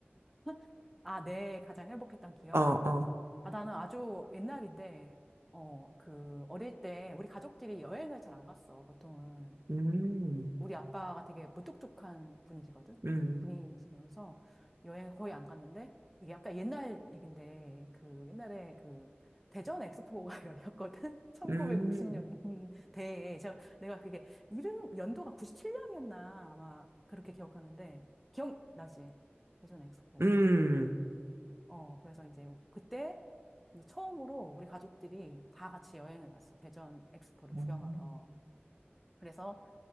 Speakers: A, in the centre; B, on the right.
A: <laughs> 아, 네, 가장 행복했던 기억.
B: 어, 어.
A: 아, 나는 아주 옛날인데, 어, 그, 어릴 때 우리 가족들이 여행을 잘 안 갔어, 보통은.
B: 음,
A: 우리 아빠가 되게 무뚝뚝한 분이시거든?
B: 음,
A: 분이시면서 여행을 거의 안 갔는데, 이게 약간 옛날 얘긴데, 그 옛날에 그 대전 엑스포가 <laughs> 열렸거든? 1990년대에.
B: 음.
A: 제가, 내가 그게 이름, 연도가 97년이었나 아마 그렇게 기억하는데, 기억나지? 대전 엑스포.
B: 음.
A: 어, 그래서 이제 그때 이제 처음으로 우리 가족들이 다 같이 여행을 갔어. 대전 엑스포를
B: 음,
A: 구경하러. 그래서